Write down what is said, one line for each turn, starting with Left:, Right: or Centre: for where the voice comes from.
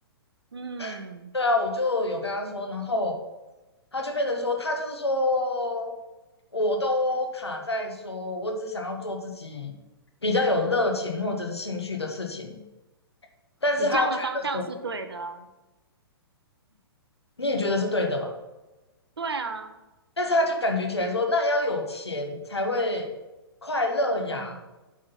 Right: 嗯，
Left: <laughs> 对啊，我就有跟他说，然后他就变成说，他就是说，我都卡在说我只想要做自己比较有热情或者是兴趣的事情。但是他觉得说，
Right: 你这样的方向是对的啊
Left: 你也觉得是对的嘛？
Right: 对啊，
Left: 但是他就感觉起来说，那要有钱才会快乐呀。
Right: 嗯，